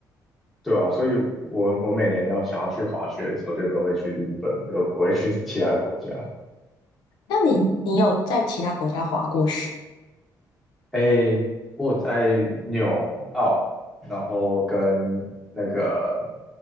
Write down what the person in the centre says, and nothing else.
对啊，所以我我每年要想要去滑雪的时候，就都会去日本，就不会去其他国家。
诶，我在纽澳，然后跟那个